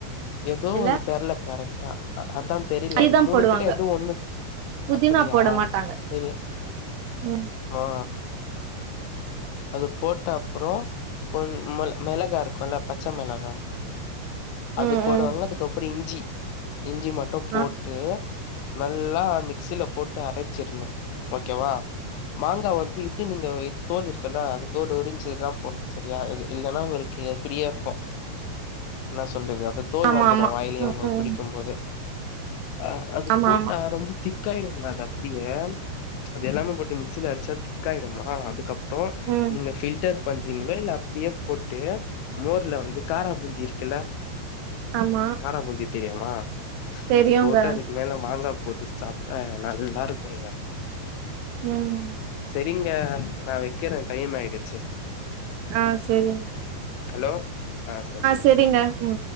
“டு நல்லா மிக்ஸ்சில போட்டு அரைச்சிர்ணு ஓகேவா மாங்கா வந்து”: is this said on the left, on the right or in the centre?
Left